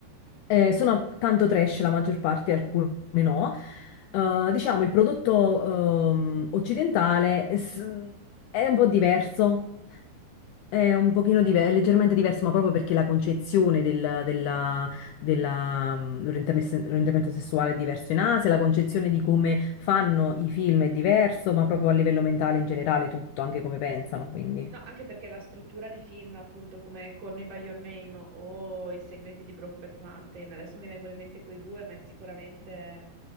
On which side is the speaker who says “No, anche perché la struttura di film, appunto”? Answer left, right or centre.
Right